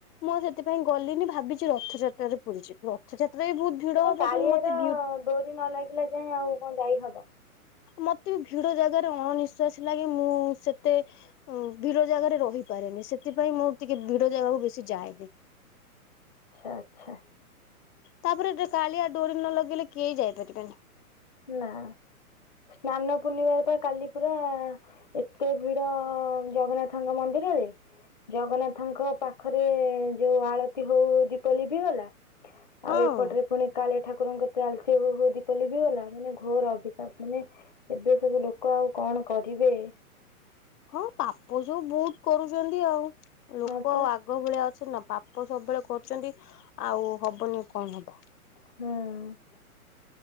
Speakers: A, on the left; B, on the left.
A: ମୁଁ ଆ ସେଥିପାଇଁ ଗଲିନି ଭାବିଛି ରଥଯାତ୍ରାରେ ପୁରୀ ଯିବି ରଥଯାତ୍ରା ବି ବହୁତ। ଭିଡ ହବ
B: କାଳିଆର
A: କିନ୍ତୁ ମତେ ଭି ହଁ
B: ଡୋରି ନ ଲାଗିଲା ଯାଇଏଁ ଆଉ କଣ ଯାଇହବ।
A: ମତେ ବି ଭିଡ ଜାଗାରେ ଅଣନିଶ୍ଵାସ ଲାଗେ ମୁଁ ସେତେ। ଉ ଭିଡ ଜାଗାରେ ରହିପାରେନି ସେଥିପାଇଁ ମୁଁ ଟିକେ ଭିଡ ଜାଗାକୁ ବେଶି ଯାଏନି।
B: ଆଛା।
A: ତାପରେ ଏ କାଳିଆ ଡୋରି ନ ଲଗେଇଲେ କେହି ଯାଇପାରିବେନି।
B: ନା ସ୍ନାନ ପୂର୍ଣ୍ଣିମାରେ ପା କାଲି ପରା। ଏତେ ଭିଡ ଜଗନ୍ନାଥଙ୍କ ମନ୍ଦିରରେ। ଜଗନ୍ନାଥଙ୍କ ପାଖରେ ଯୋଉ ଆଳତି ହଉଉ ଦୀପ ଲିଭିଗଲା। ଆଉ
A: ହଁ
B: ଏପଟରେ ପୁଣି କାଳିଆ ଠାକୁରଙ୍କ କତିରେ ଆଳତି ହଉ ହଉ ଦୀପ ଲିଭିଗଲା। ମାନେ ଘୋର ଅବିଶ୍ୱାସ ମାନେ ଏବେ ସବୁ ଲୋକ ଆଉ କଣ କରିବେ।
A: ହଁ ପାପ ଯୋଉ ବହୁତ କରୁଛନ୍ତି ଆଉ ଲୋକ
B: ହଁ ପା
A: ଆଉ ଆଗ। ଆଗ ଭଳିଆ ଅଛନ୍ତି ନା ପାପ ସବୁବେଳେ କରୁଛନ୍ତି ଆଉ ହବନି କଣ ହବ।
B: ହୁଁ